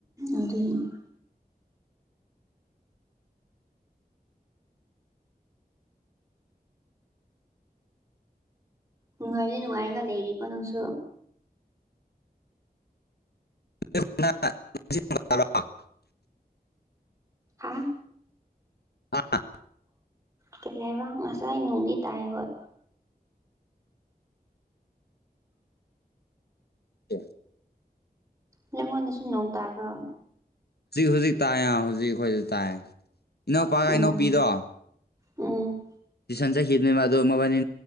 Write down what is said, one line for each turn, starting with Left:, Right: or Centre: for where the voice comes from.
Right: ꯑꯗꯨꯗ ꯅꯨꯡꯉꯥꯏꯔꯗꯤ ꯅꯨꯡꯉꯥꯏꯔꯒ ꯂꯩꯔꯤꯀꯣ ꯅꯪꯁꯨ
Left: <inaudible>
Right: ꯍꯥ
Left: ꯑꯥ
Right: ꯀꯩ ꯍꯥꯏꯕ ꯉꯁꯥꯏ ꯅꯨꯡꯗꯤ ꯇꯥꯏ ꯍꯣꯏ
Left: ꯑ
Right: ꯅꯉꯣꯟꯗꯁꯨ ꯅꯣꯡ ꯇꯥꯕ꯭ꯔꯣ
Left: ꯍꯧꯖꯤꯛ ꯍꯧꯖꯤꯛ ꯇꯥꯏꯌꯦ ꯍꯧꯖꯤꯛꯈꯖꯤꯛ ꯇꯥꯏ ꯏꯅꯎꯄꯥꯒ
Right: ꯎꯝ
Left: ꯏꯅꯧꯄꯤꯗꯣ
Right: ꯎꯝ
Left: ꯇꯨꯏꯁꯟ ꯆꯠꯈꯤꯗꯅꯤ ꯃꯥ ꯑꯗꯨ ꯃꯕꯥꯅꯤ